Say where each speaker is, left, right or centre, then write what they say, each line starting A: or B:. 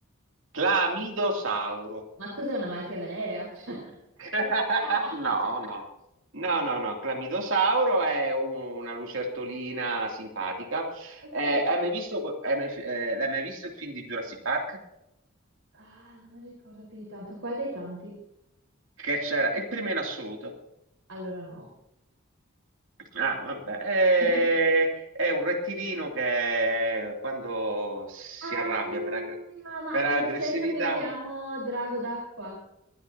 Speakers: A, on the right; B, on the right.
A: Clamidosauro.
B: Ma cos'è una malattia venerea? Cioè, <laughs>
A: <laughs>
B: cos'è? <laughs>
A: No, no, no, no, no. Clamidosauro è un- una lucertolina simpatica.
B: Ok.
A: Eh, hai mai visto, que- hai mai- eh, l'hai mai visto il film di Jurassic Park?
B: Ah, non mi ricordo più di tanto. Quale dei tanti?
A: Che c'era, il primo in assoluto.
B: Allora no.
A: Ah, vabbè, è,
B: <laughs>
A: è un rettilino che quando si
B: Ah,
A: arrabbia per, aggre-
B: ma
A: per
B: è
A: aggressività
B: lo stesso che chiamo drago d'acqua.